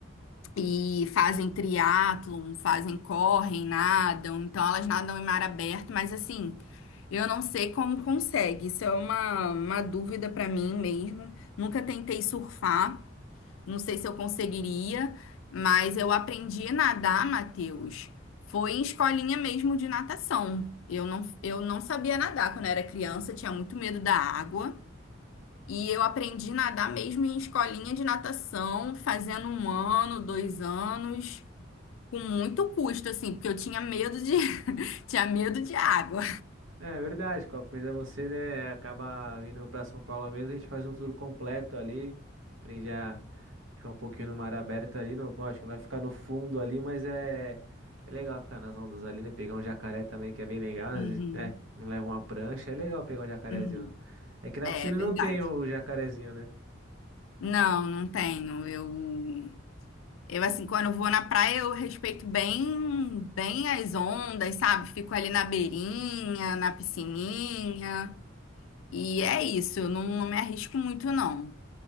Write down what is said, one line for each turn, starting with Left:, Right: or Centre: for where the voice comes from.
Left: e fazem triatlon, fazem, correm, nadam. Então elas nadam em mar aberto, mas assim, eu não sei como consegue. Isso é uma, uma dúvida para mim mesmo. Nunca tentei surfar, não sei se eu conseguiria, mas eu aprendi a nadar, Matheus. Foi em escolinha mesmo de natação. Eu não, eu não sabia nadar quando era criança, tinha muito medo da água. E eu aprendi a nadar mesmo em escolinha de natação, fazendo um ano, dois anos, com muito custo, assim, porque eu tinha medo de, <laughs> tinha medo de água.
Right: É verdade, qualquer coisa você, né, acaba vindo pra São Paulo mesmo, a gente faz um tour completo ali, aprende a ficar um pouquinho no mar aberto ali, não, lógico, não vai ficar no fundo ali, mas é, é legal ficar nas ondas ali, né, pegar um jacaré também, que é bem legal, às
Left: Uhum,
Right: vezes, né, não leva uma prancha, é legal pegar um jacarezinho.
Left: uhum.
Right: É que na
Left: É
Right: piscina
Left: verdade.
Right: não tem o jacarezinho, né?
Left: Não, não tenho. Eu, eu assim, quando eu vou na praia, eu respeito bem, bem as ondas, sabe? Fico ali na beirinha, na piscininha. E é isso, eu não, não me arrisco muito, não.